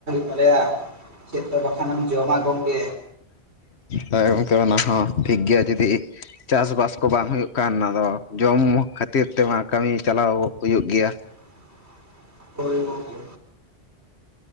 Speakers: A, on the right; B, on the left.
A: ᱛᱟᱞᱮᱭᱟ᱾ ᱪᱮᱫ ᱫᱚ ᱵᱟᱠᱷᱟᱱᱮᱢ ᱡᱚᱢᱟ ᱜᱚᱢᱠᱮ,
B: ᱦᱳᱭ ᱜᱚᱢᱠᱮ ᱚᱱᱟ ᱦᱚᱸ ᱴᱷᱤᱠ ᱜᱮᱭᱟ ᱡᱩᱫᱤ ᱪᱟᱥᱵᱟᱥ ᱠᱚ ᱵᱟᱝ ᱦᱩᱭᱩᱜ ᱠᱷᱟᱱ ᱟᱫᱚ ᱡᱚᱢ ᱠᱷᱟᱹᱛᱤᱨ ᱛᱮᱢᱟ ᱠᱟᱹᱢᱤ ᱪᱟᱞᱟᱣ ᱦᱩᱭᱩᱜ ᱜᱮᱭᱟ᱾
A: <inaudible> ᱦᱳᱭ ᱜᱚᱢᱠᱮ